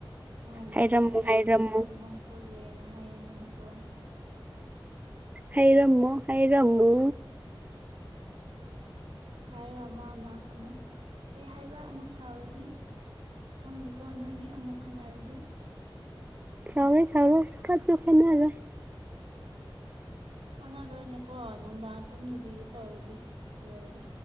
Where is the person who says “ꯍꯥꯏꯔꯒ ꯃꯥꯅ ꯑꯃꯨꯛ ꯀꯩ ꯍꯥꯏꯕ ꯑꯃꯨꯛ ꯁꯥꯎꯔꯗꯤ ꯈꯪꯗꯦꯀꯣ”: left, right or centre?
Right